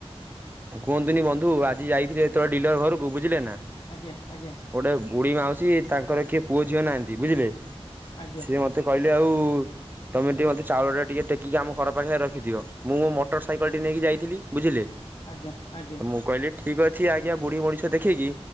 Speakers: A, on the right; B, on the left.
A: କୁହନ୍ତିନି ବନ୍ଧୁ ଆଜି ଯାଇଥିଲେ ତୋ ଡିଲର୍ ଘରକୁ ବୁଝିଲେ ନା।
B: ଆଜ୍ଞା ଆଜ୍ଞା
A: ଗୋଟେ ବୁଢୀ ମାଉସୀ ତାଙ୍କର କିଏ ପୁଅ ଝିଅ ନାହାନ୍ତି ବୁଝିଲେ।
B: ଆଜ୍ଞା
A: ସିଏ ମତେ କହିଲେ ଆଉ ତମେ ଟିକେ ମତେ ଚାଉଳ ଟା ଟିକେ ଟେକି କି ଆମ ଘର ପାଖରେ ରଖିଦିଅ। ମୁଁ ମୋ ମ ଟର୍ ସାଇକେଲ
B: ଆଜ୍ଞା
A: ଟି ନେଇକି ଯାଇଥିଲି ବୁଝିଲେ,
B: ଆଜ୍ଞା ଆଜ୍ଞା
A: ମୁଁ କହିଲି ଠିକ୍ ଅଛି ଆଜ୍ଞା, ବୁଢୀ ମଣି ଛ ଦେଖିକି